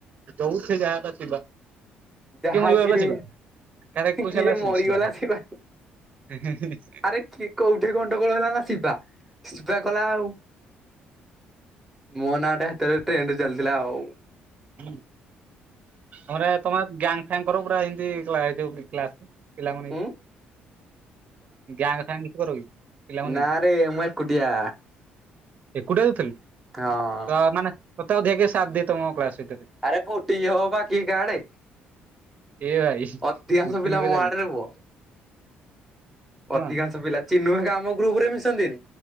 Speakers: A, on the right; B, in the centre.
A: ଯୋଉଠି ଯାହା ହେଲା ସିବା। କିଏ
B: ଯାହା
A: ମରିଗଲା
B: ଯିଏ
A: ଶିବା କାହାର ଏକୋଇଶିଆ
B: କିଏ
A: ହେଲା ସୁ
B: ମରିଗଲା
A: ଶିବା।
B: ସିପା
A: ହିଁ ହିଁ ହିଁ
B: ଆରେ କିଏ କୋଉଠିରେ ଗଣ୍ଡଗୋଳ ହେଲା ନା ଶିବା ଶିବା କଲା ଆଉ। ମୋ ନାଁ ଟା ହେତେବେଳେ ଟ୍ରେଣ୍ଡରେ ଚାଲିଥିଲା ଆଉ।
A: ହୁଁ ତମରେ ତମେ ଗ୍ୟାଙ୍ଗ ଫ୍ୟାଙ୍ଗ କର ପୁରା ହିନ୍ଦୀ କ୍ଲା ଏ ଯୋଉ କ୍ଲାସ ରେ। ପିଲାଙ୍କୁ ନେଇ
B: ଉଁ
A: ଗ୍ୟାଙ୍ଗ ଫ୍ୟାଙ୍ଗ କିଛି କରୁ କି? ପିଲାଙ୍କୁ ନେଇକି
B: ନାଁ ରେ ମୁଁ ଏକୁଟିଆ।
A: ଏକୁଟିଆ ତୁଥିଲୁ?
B: ହଁ।
A: ଅ ମାନେ ତତେ ଅଧିକା କିଏ ସାଥ ଦିଏ ତମ କ୍ଲାସ୍ ଭିତରେ?
B: ଆରେ ବୋଟିଙ୍ଗ ହବ ପା କିଏ କା ଆଡେ।
A: ଏ ଭାଇ
B: ଅଧିକାଂଶ
A: ବୁଟିଂ
B: ପିଲା
A: କରିଦେଲୁ
B: ମୋ ଆଡରେ ପୁଅ
A: ହଁ
B: ଅଧିକାଂଶ ପିଲା ଚିନୁ ହେକା ଆମ ଗ୍ରୁପ୍ ରେ ମିଶନ୍ତିନି